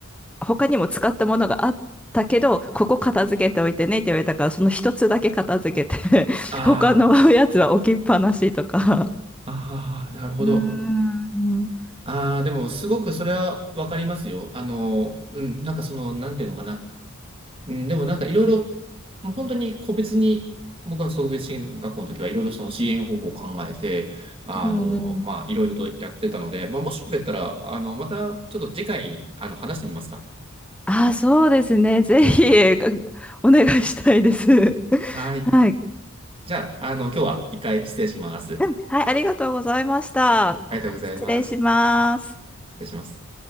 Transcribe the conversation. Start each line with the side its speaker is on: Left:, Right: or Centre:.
Centre: 他にも使ったものがあったけど、ここ片付けておいてねって言われたから、その一つだけ片付けて <laughs>
Right: あ
Centre: 他のやつは置きっぱなしとか。
Right: ああー、なるほど。
Centre: うーん。
Right: ああ、でも、すごくそれはわかりますよ。あの、うん、なんかその、なんていうのかな。うん、でもなんかいろいろ、もう本当に個別に、僕は特別支援学校の時はいろいろその支援方法を考えて、あの、
Centre: うんうん。
Right: まあ、いろいろとやってたので、まあ、もしよかったら、あの、またちょっと次回、あの、話してみますか。
Centre: あ、そうですね。ぜひ、お願いしたいです。<laughs>
Right: はい。
Centre: はい。
Right: じゃあ、あの、今日は一回失礼します。
Centre: うんはい、ありがとうございました。
Right: ありがとうございます。
Centre: 失礼します。
Right: 失礼します。